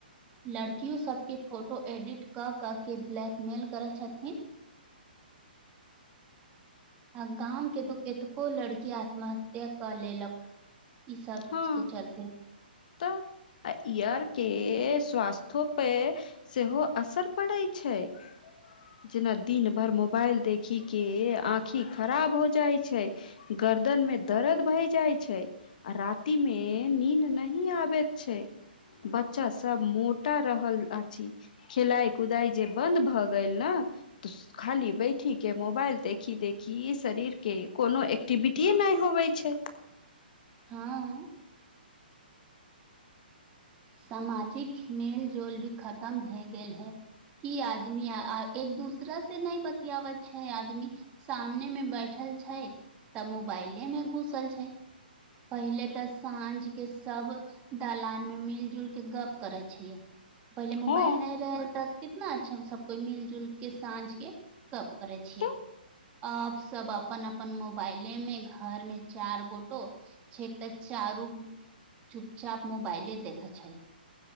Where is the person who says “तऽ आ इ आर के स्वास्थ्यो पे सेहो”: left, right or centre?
Left